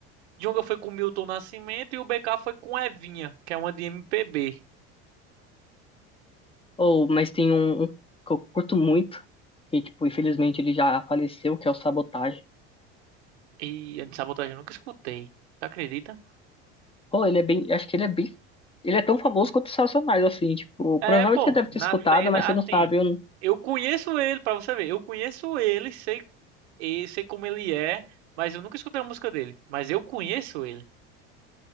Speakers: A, on the right; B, on the left.
A: Djonga foi com Milton Nascimento e o BK foi com Evinha, que é uma de MPB.
B: ou mas tem um, um que eu curto muito que tipo infelizmente ele já faleceu, que é o Sabotagem.
A: E a de sabotagem eu nunca escutei. Tu acredita?
B: Pô, ele é bem. Acho que ele é bem. Ele é tão famoso quanto os Racionais, assim, tipo,
A: É,
B: provavelmente
A: pô,
B: você deve
A: na
B: ter escutado,
A: cena,
B: mas você
A: assim,
B: não sabe, eu não-
A: eu conheço ele, pra você ver, eu conheço ele, sei, e sei como ele é, mas eu nunca escutei uma música dele. Mas eu conheço ele. <laughs>